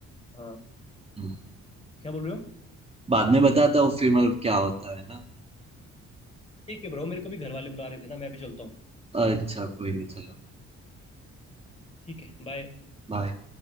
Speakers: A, on the left; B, on the right.
A: हाँ
B: हम्म,
A: क्या बोल रहे हो
B: बाद में बताता हूँ फिर मतलब क्या होता है ना
A: ठीक है ब्रो मेरे को भी घर वाले बुला रहे थे ना मैं भी चलता हूँ
B: अच्छा कोई नहीं चलो
A: ठीक है बाय
B: बाय